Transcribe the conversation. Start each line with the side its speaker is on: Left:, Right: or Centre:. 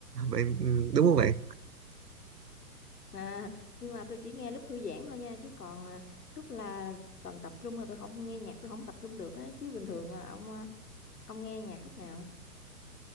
Right: bạn ừ, đúng không bạn
Left: mà nhưng mà tôi chỉ nghe lúc thư giãn thôi nha chứ còn à, lúc là cần tập trung là tôi không nghe nhạc tôi không tập trung được á chứ bình thường à, ông à, ông nghe nhạc lúc nào